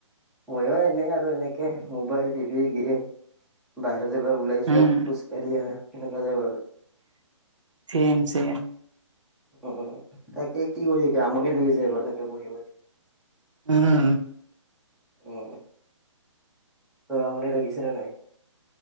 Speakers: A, in the centre; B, on the right (about 70°).
A: ময়ো এনেই আৰু এনেকে মোবাইল টিভি গেম বাই <unintelligible> ওলাই
B: উম
A: যোৱা খোজ কাঢ়ি আহা সেনেকুৱা যায় আৰু
B: চেম চেম
A: উম তাকে কি কৰি থাকিবি আমনি লাগি যায় ঘৰত তেনেকে বহি বহি
B: উম
A: উম তোৰ আমনি লাগিছে নে নাই